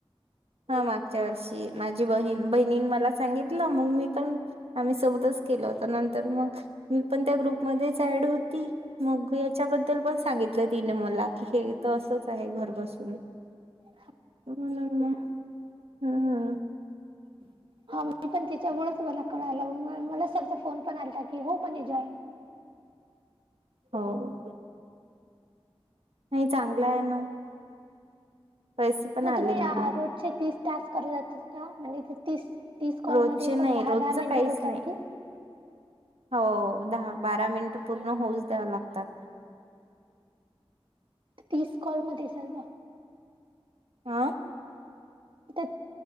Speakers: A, on the right (about 80°); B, on the right (about 60°).
A: हा मागच्या वर्षी माझी बहीण बहिणीने मला सांगितलं मंग मी पण आम्ही सोबतच केल होतं नंतर मग मी पण त्या ग्रुपमध्येच ऍड होती. मग याच्याबद्दल पण सांगितलं तिने मला की हे तर असंच आहे घर बसून
B: ह
A: म्हणून मग हम्.
B: हम् हा मी पण तिच्यामुळेच मला कळायला म मला सरचा फोन पण आलाता की हो म्हणे जॉईन
A: हो. नाही चांगला आहे ना. पैसे पण
B: म
A: आले
B: तुम्ही या
A: मला
B: रोजचे तीस टास्क करू <unintelligible> म्हणजे ते तीस तीस कॉलमध्ये
A: रोजचे नाही
B: पण दहा-दहा
A: रोजच
B: मिनिटं
A: काहीच
B: बोलतात
A: नाही
B: की.
A: हो दहा बारा मिनिटं पूर्ण होऊच द्याव लागतात.
B: तीस कॉलमध्ये सर्व.
A: हां.
B: तेत